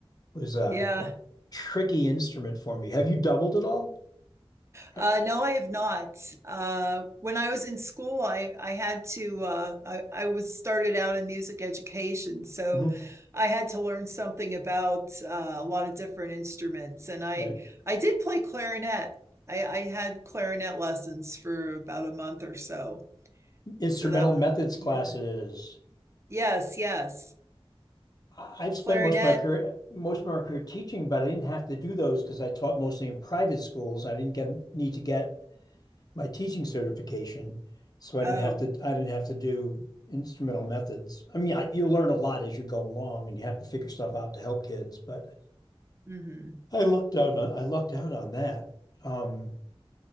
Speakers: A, on the left; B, on the right.
A: It was a,
B: Yeah.
A: a tricky instrument for me. Have you doubled at all?
B: Uh,
A: Yeah.
B: no, I have not. Uh, when I was in school, I I had to. Uh, I, I was started out in music education, so
A: Mhm.
B: I had to learn something about uh, a lot of different instruments. And I
A: Right.
B: I did play clarinet. I I had clarinet lessons for about a month or so.
A: Instrumental
B: So that was
A: methods classes.
B: yeah. Yes, yes.
A: I- I've
B: Clarinet.
A: spent most of my career, most of my career teaching, but I didn't have to do those because I taught mostly in private schools. I didn't get need to get my teaching certification, so I
B: Oh,
A: didn't have to I didn't have to do instrumental methods. I mean, I, you learn a lot as you go along, and you have to figure stuff out to help kids. But
B: hmm
A: I lucked out on I lucked out on that. Um,